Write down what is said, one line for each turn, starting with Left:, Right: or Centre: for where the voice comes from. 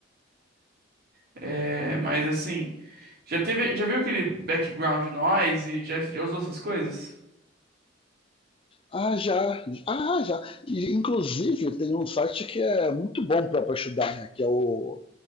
Right: É, mas assim, já teve, já viu aquele background noise? Já, já usou essas coisas?
Left: Ah, já, ah, já. E, inclusive, tem um site que é muito bom para estudar, né? Que é o.